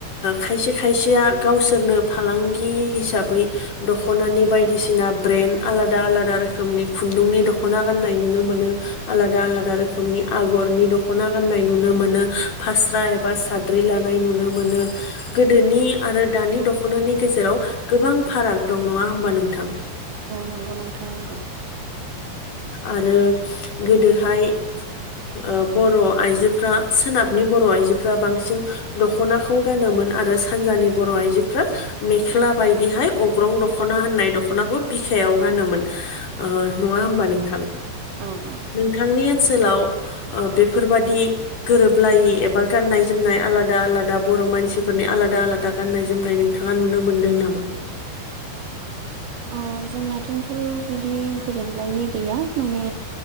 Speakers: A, on the left; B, on the right.
A: खायसे खायसेया गावसोर नो फालांगि हिसाबै दख'नानि बायदिसिना ब्रेन्दड आलादा आलादा रोखोमनि खुन्दुंनि दख'ना गाननाय नुनो मोनो आलादा आलादा रोखोमनि आगरनि दख'ना गाननाय नुनो मोनो फास्रा एबा साद्रि लानाय नुनो मोनो गोदोनि आरो दानि दख'नानि गेजेराव गोबां फाराग दं नङा होमबा नोंथां औ
B: नंगौ नोंथां नंगौ
A: आरो गोदोहाय ओ बर' आइजोफ्रा सोनाबनि बर' आइजोफ्रा बांसिन दख'नाखौ गानोमोन आरो सानजानि बर' आइजोफ्रा मेख्ला बायदिहाय अग्रं दख'ना होननाय दख'नाखौ बिखायाव गानोमोन नङा
B: औ
A: होमबा नोंथां
B: औ औ
A: नोंथांनि ओनसोलाव बे बेफोरबादि गोरोबलायै एबा गाननाय जोमनाय आलादा आलादा बर' मानसिफोरनि आलादा आलादा गाननाय जोमनाय नोंथाङा नुनो मोनदों नामा
B: औ जोंनाथिंथ' बिदि गोरोबलायै गैया माने